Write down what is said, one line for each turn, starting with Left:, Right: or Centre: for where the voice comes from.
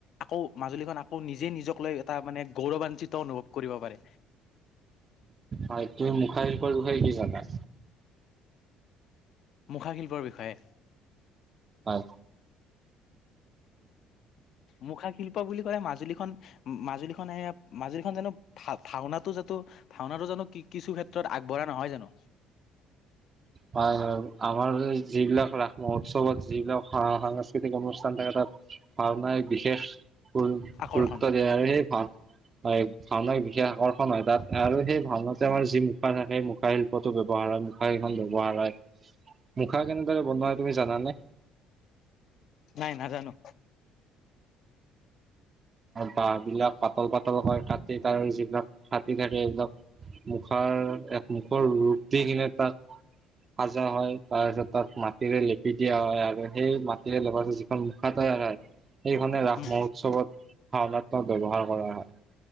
Left: আকৌ মাজুলীখন আকৌ নিজে নিজক লৈ এটা মানে গৌৰৱানঞ্চিত অনুভৱ কৰিব পাৰে।
Right: হয় তুমি মুখা শিল্পৰ বিষয়ে কি জানা?
Left: মুখাশিল্পৰ বিষয়ে?
Right: হয়।
Left: মুখা শিল্প বুলি ক'লে মাজুলীখন মাজুলীখনে মাজুলীখন জানো ভা ভাওনাটো যাটো ভাওনাটো জানো কিছু ক্ষেত্ৰত আগবঢ়া নহয় জানো?
Right: হয় হয়। আমাৰ যিবিলাক ৰাস মহোৎসৱত যিবিলাক সাংস্কৃতিক অনুষ্ঠান থাকে তাত ভাওনাই বিশেষ গ
Left: আকৰ্ষণ
Right: গুৰুত্ব দিয়ে আৰু সেই ভাও হয় ভাওনাৰ বিশেষ আকৰ্ষণ হয় তাত আৰু ভাওনাতে আমাৰ যি মুখা থাকে মুখা শিল্পটো ব্যৱহাৰ হয় এইখন ব্যৱহাৰ হয়। মুখা কেনেদৰে বনোৱা হয় তুমি জানানে?
Left: নাই নাজানো।
Right: বাহ বিলাক পাতল পাতল কৰে কাটি তাৰ যিবিলাক থাটি থাকে এইবিলাক মুখাৰ এক মুখৰ ৰূপ দি কিনে তাত সাজা হয় তাৰ পিছত তাক মাটিৰে লেপি দিয়া হয় আৰু সেই মাটিৰে লেপা এখন মুখ তৈয়াৰ হয় সেইখনে ৰাস
Left: উম
Right: মহোৎসৱত ভাৱনাখণত ব্যৱহাৰ কৰা হয়।